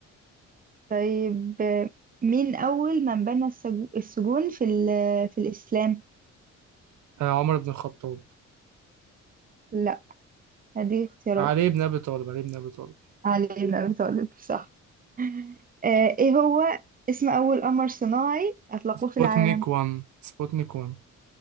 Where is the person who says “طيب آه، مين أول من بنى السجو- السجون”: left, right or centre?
Right